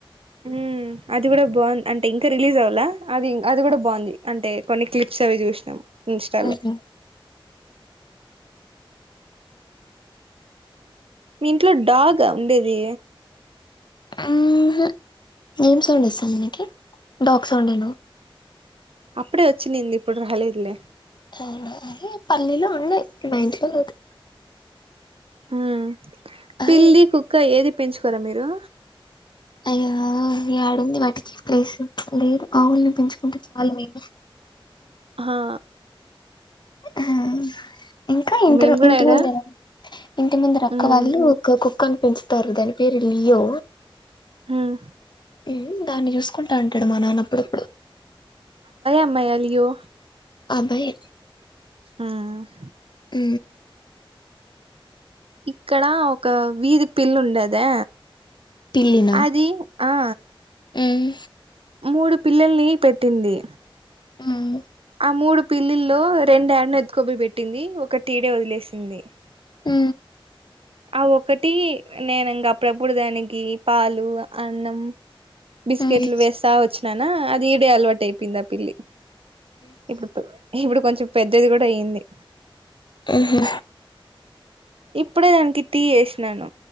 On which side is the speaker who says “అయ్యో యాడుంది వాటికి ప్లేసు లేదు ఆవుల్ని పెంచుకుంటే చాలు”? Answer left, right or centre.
Left